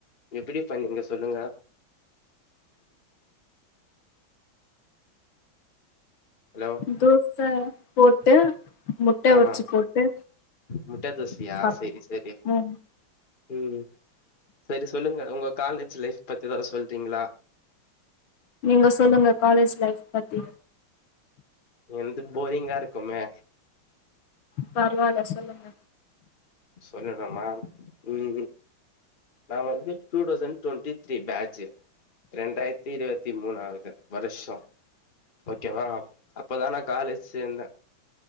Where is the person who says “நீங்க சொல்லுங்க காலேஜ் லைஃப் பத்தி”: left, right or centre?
Left